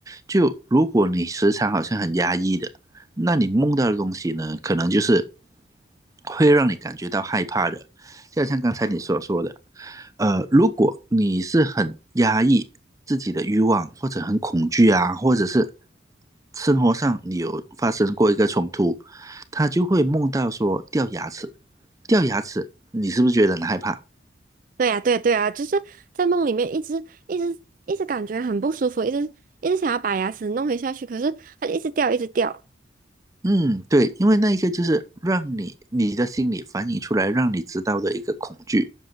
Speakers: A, on the right; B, on the right.
A: 就如果你时常好像很压抑的，那你梦到的东西呢，可能就是会让你感觉到害怕的。就像刚才你所说的，呃，如果你是很压抑自己的欲望，或者很恐惧啊，或者是生活上你有发生过一个冲突，他就会梦到说掉牙齿，掉牙齿，你是不是觉得很害怕？
B: 对呀，对呀对呀，就是在梦里面一直一直一直感觉很不舒服，一直一直想要把牙齿弄回下去，可是它就一直掉，一直掉。
A: 嗯，对，因为那一个就是让你你的心理反映出来，让你知道的一个恐惧，